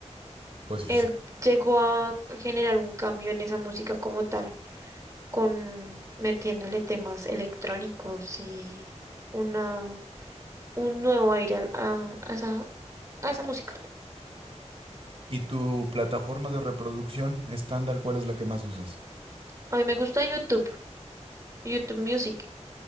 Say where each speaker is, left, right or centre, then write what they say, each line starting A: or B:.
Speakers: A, on the right; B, on the right.
A: pues sí.
B: Él llegó a generar un cambio en esa música como tal, con metiéndole temas electrónicos y una, un nuevo aire al- a, a esa, a esa música.
A: ¿Y tu plataforma de reproducción estándar, cuál es la que más usas?
B: A mí me gusta YouTube. YouTube Music.